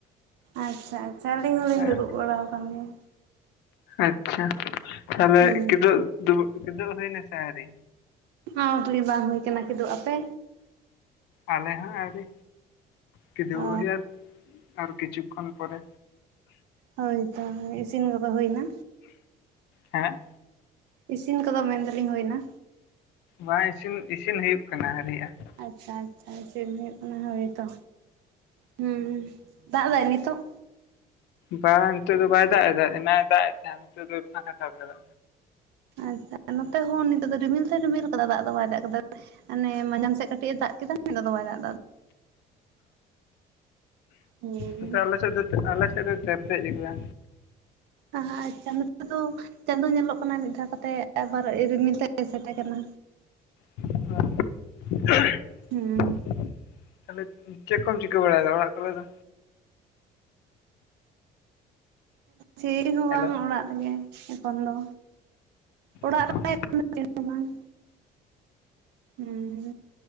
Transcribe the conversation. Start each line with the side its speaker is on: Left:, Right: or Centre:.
Right: ᱟᱪᱪᱷᱟ ᱟᱪᱪᱷᱟ, ᱟᱹᱞᱤᱧ ᱦᱚᱞᱤᱧ
Left: ᱦᱮᱸ
Right: ᱫᱩᱲᱩᱵ ᱵᱟᱲᱟᱣ ᱟᱠᱟᱱ ᱜᱮᱭᱟ᱾
Left: ᱟᱪᱪᱷᱟ, ᱛᱟᱦᱚᱞᱮ
Right: ᱜᱮᱭᱟ᱾
Left: ᱠᱮᱫᱳᱵᱽ ᱫᱚᱠᱮᱫᱳᱵᱽ ᱦᱳᱹᱭ ᱱᱟᱥᱮ ᱟᱣᱨᱤ?
Right: ᱟᱣᱨᱤ, ᱵᱟᱝ ᱦᱳᱭ ᱟᱠᱟᱱᱟ ᱠᱤᱫᱩᱜ, ᱟᱯᱮ?
Left: ᱟᱯᱮ ᱦᱚᱸ ᱟᱣᱨᱤ ᱠᱤᱫᱳᱵᱚᱜ
Right: ᱚ
Left: ᱦᱳᱭᱳᱜ-ᱟ᱾ ᱟᱨ ᱠᱤᱪᱩᱠᱷᱚᱱ ᱯᱚᱨᱮ᱾
Right: ᱦᱳᱭ ᱛᱚ ᱦᱳᱭ ᱤᱥᱤᱱ ᱠᱚᱫᱚ ᱦᱳᱭ ᱮᱱᱟ?
Left: ᱦᱮᱸ?
Right: ᱤᱥᱤᱱ ᱠᱚᱫᱚ ᱢᱮᱱ ᱫᱟᱞᱤᱧ ᱦᱳᱭ ᱮᱱᱟ?
Left: ᱵᱟᱝ, ᱤᱥᱤᱱ ᱤᱥᱤᱱ ᱦᱩᱭᱩᱜ ᱠᱟᱱᱟ ᱦᱟᱹᱨᱤᱭᱟᱜ-ᱟ᱾
Right: ᱟᱪᱪᱷᱟ ᱟᱪᱪᱷᱟ, ᱤᱥᱤᱱ ᱦᱳᱭᱳᱜ ᱠᱟᱱᱟ, ᱦᱳᱭ ᱛᱚ, ᱦᱩᱸ ᱫᱟᱜ ᱫᱟᱭ ᱱᱤᱛᱚᱜ?
Left: ᱵᱟᱝ ᱻᱱᱤᱛᱳᱜ ᱫᱚ ᱵᱟᱭ ᱫᱟᱜ ᱮᱫᱟ, ᱮᱱᱟᱝ ᱮ ᱫᱟᱜ ᱮᱫ ᱛᱟᱦᱮᱸᱫ ᱱᱤᱛᱚᱜ ᱫᱚᱭ ᱯᱷᱟᱸᱠᱟ ᱦᱟᱛᱟᱲ ᱠᱟᱫᱟ᱾
Right: ᱟᱪᱪᱷᱟ, ᱱᱚᱛᱮ ᱦᱚᱸ ᱱᱤᱛᱚᱜ ᱫᱚ ᱨᱤᱢᱤᱞ ᱫᱚᱭ ᱨᱤᱢᱤᱞ ᱠᱟᱫᱟ ᱫᱟᱜ ᱫᱚ ᱵᱟᱭ ᱫᱟᱜ ᱠᱟᱫᱟ᱾ ᱟᱱᱮᱻ ᱢᱟᱸᱡᱟᱢ ᱥᱮᱫ ᱠᱟᱹᱴᱤᱡ ᱮ ᱫᱟᱜ ᱠᱮᱫᱟ, ᱟᱫᱚ ᱫᱚ ᱵᱟᱭ ᱫᱟᱜ ᱮᱫᱟ᱾ ᱦᱩᱸ
Left: ᱟᱪᱪᱷᱟ, ᱟᱞᱮ ᱥᱮᱫ ᱫᱚ ᱟᱞᱮ ᱥᱮᱫ ᱫᱚᱭ ᱛᱮᱨᱫᱮᱡ ᱠᱟᱫᱟ᱾
Right: ᱟᱦᱟ ᱟᱪᱪᱷᱟ ᱱᱚᱛᱮᱫᱚ ᱪᱟᱸᱫᱳ ᱧᱮᱞᱚᱜ ᱠᱟᱱᱟᱭ ᱢᱤᱫ ᱫᱷᱟᱣ ᱠᱟᱛᱮᱫ, ᱟᱵᱟᱨ ᱨᱤᱢᱤᱞ ᱛᱮ ᱮᱥᱮᱴ ᱮ ᱠᱟᱱᱟ᱾
Left: <unintelligible>
Right: ᱦᱩᱸ
Left: ᱛᱟᱦᱞᱮ ᱪᱮᱫ ᱠᱚᱢ ᱪᱤᱠᱟᱹ ᱵᱟᱲᱟᱭᱮᱫᱟ ᱚᱲᱟᱜ ᱠᱚᱨᱮ ᱫᱚ?
Right: ᱪᱤᱫ ᱦᱚᱸ
Left: ᱦᱮᱞᱳ
Right: ᱵᱟᱝ, ᱚᱲᱟᱜ ᱨᱮᱜᱮ ᱮᱠᱷᱚᱱ ᱫᱚ᱾ ᱚᱲᱟᱜ
Left: ᱚ
Right: ᱨᱮ <unintelligible> ᱦᱚᱸ ᱵᱟᱝ᱾ ᱦᱩᱸᱻ